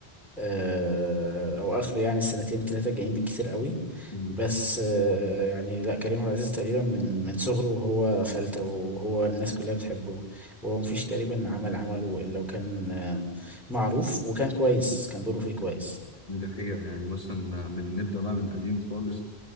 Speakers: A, in the centre; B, on the left.
A: آه، او اخره يعني السنتين ثلاثه جايين بالكتير قوي
B: مم.
A: بس آه، يعني لا كريم عبد العزيز تقريبا من من صغره وهو فلته وهو الناس كلها بتحبه هو مفيش تقريبا عمل عمله الا وكان آه، معروف وكان كويس كان دوره فيه كويس
B: ده حقيقه يعني مثلا من نبدا بقى من قديم خالص